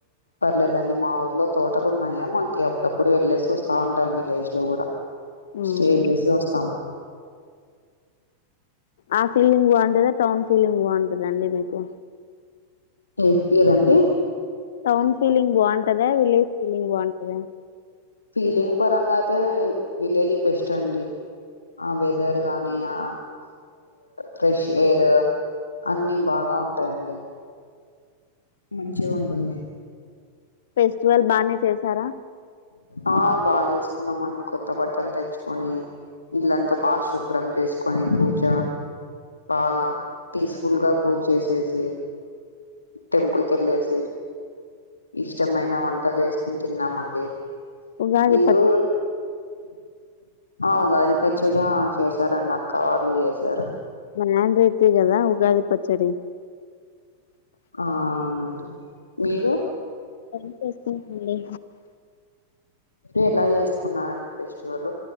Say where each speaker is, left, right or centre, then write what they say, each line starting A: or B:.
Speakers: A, on the left (about 80°); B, on the left (about 60°).
A: పర్లేదండి మా ఊర్లో తోటలు ఉన్నాయా మకి అప్పుడప్పుడు వెళ్లేేసి వస్తా ఉంటాం విలేజ్ లో కూడా
B: హ్మ్.
A: స్టేజ్ చేసి చొస్తాము
B: ఆ ఫీలింగ్ బాగుంటదా టౌన్ ఫీలింగ్ బాగుంటదండి మీకు
A: ఏ ఏదండీ
B: టౌన్ ఫీలింగ్ బాగుంటదా విలేజ్ ఫీలింగ్ బాగుంటదా
A: ఫీలింగ్ పరంగా అయితే విలేజ్ బెస్ట్ అండి ఆ వెదర్ గాని ఆ ఫ్రెష్ ఎయిర్ అన్ని బాగా ఉంటా అంతే అండి మంచిగా ఉంటుంది
B: ఫెస్టివల్ బానే చేసారా
A: ఆ బాగా తీసుకున్నామండి కొత్త బట్టలు తెచ్చుకొని ఇల్లంతా బా శుభ్రం చేసుకోని పూజ బాగా పీస్ఫుల్ గా పూజ చేసేసి టెంపుల్ కి వెళ్ళేసి ఇష్టమైన వంట చేసుకుని తిన్నామండి
B: ఉగాది
A: మీరు
B: పచ్చడి
A: ఆ గాజుపచ్చడి చేసారండి అక్క వాళ్ళు చేసారు
B: న్యాన్ రైతి కదా ఉగాది పచ్చడి
A: ఆ అవునండి మీరు
B: ఏం చేస్తున్నారండి
A: ఎలా చేసుకున్నారండి festival